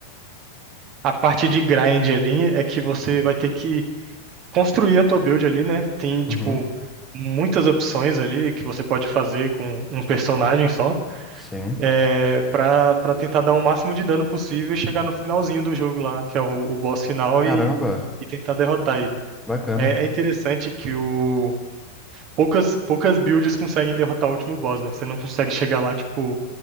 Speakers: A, on the right (about 35°); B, in the centre.
A: A parte de grind ali é que você vai ter que construir a tua build ali, né? Tem, tipo,
B: Uhum.
A: muitas opções ali que você pode fazer com um personagem só,
B: Sim.
A: é, pra, pra tentar dar o máximo de dano possível e chegar no finalzinho do jogo lá, que é o, o boss final,
B: Caramba.
A: e, e tentar derrotar ele.
B: Bacana.
A: É, é interessante que o, poucas, poucas builds conseguem derrotar o último boss, né? Você não consegue chegar lá, tipo,